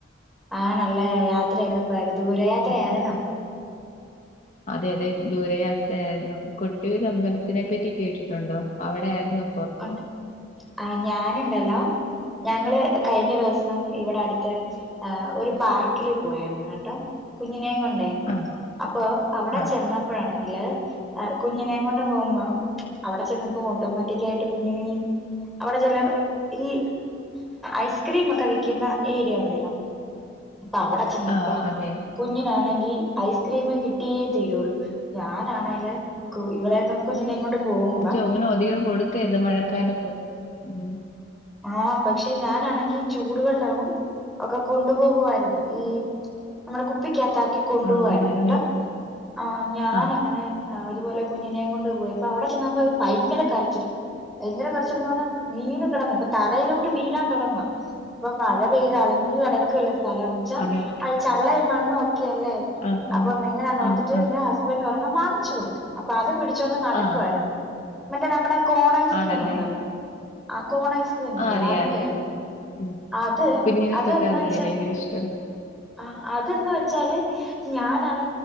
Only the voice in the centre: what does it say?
ആണല്ലേ യാത്രയൊക്കെ പോയത് ദൂരയാത്ര
ആയിരുന്നോ
ഉണ്ട് ആഹ് ഞാനുണ്ടല്ലോ ഞങ്ങള് കഴിഞ്ഞ ദിവസം ഇവിടെ അടുത്ത് ഏഹ് ഒരു പാർക്കില് പോയായിരുന്നു കേട്ടോ കുഞ്ഞിനെയും കൊണ്ടേ
അപ്പൊ അവിടെ
ചെന്ന പ്പഴാണെങ്കില് കുഞ്ഞിനെ കൊണ്ട് പോകുമ്പോ അവിടെ ചെന്നപ്പോ ഓട്ടോമാറ്റിക്കായിട്ട് കുഞ്ഞിനെ അവിടെ ചില ഈ ഐസ്ക്രീം ഒക്കെ വിക്കുന്ന ഏരിയ ഉണ്ടല്ലോ അപ്പ അവിടെ ചെന്നപ്പം
കുഞ്ഞിനാണെങ്കി ഐസ്ക്രീമ് കിട്ടിയേ തീരുള്ളൂ ഞാനാണല് ഇവളെ കുഞ്ഞിന കൊണ്ട് പോകുമ്പം
ആഹ് പക്ഷെ ഞാനാണെങ്കി ചൂടുവെള്ളവും ഒക്കെ കൊണ്ടുപോകുവായിരുന്നു ഈ നമ്മടെ കുപ്പിക്കകത്താക്കി കൊണ്ടുപോവായിരുന്നു
കേട്ടാ ആഹ് ഞാനങ്ങനെ
ആഹ് ഇതുപോലെ കുഞ്ഞിനെയും കൊണ്ട് പോയി അപ്പൊ അവിടെ ചെന്നപ്പോ ഭയങ്കര കരച്ചില് ഭയങ്കര കരച്ചില്ന്ന് പറഞ്ഞാ വീണ് കടന്നട്ട് തറയിലോട്ട് വീഴാൻ തുടങ്ങ അപ്പൊ മഴ പെയ്ത് അളിഞ്ഞു കിടക്കുവല്ലെ സ്ഥലം ന്ന്
വെച്ചാ ചള്ളയും മണ്ണും ഒക്കെല്ലേ
അപ്പം
എങ്ങനാ നോർത്തിട്ട്
ഞാൻ ഹസ് ൻ്റ് ഒരെണ്ണം വാങ്ങിച്ചു കൊടുത്തു അപ്പൊ അതും പിടിച്ചൊണ്ട് നടക്കുായിരുന്നു
മറ്റേ നമ്മുടെ കോൺ ഐസ്ക്രീം
ഉണ്ടല്ലോ ആഹ് കോൺ ഐസ് ക്രീമുണ്ടല്ലോ
അതിന്റെ
ആയിരുന്നു
അത്
അത് ന്ന്
വെച്ചാ
ആഹ് അത് ന്ന് വെച്ചാല് ഞാനാണ്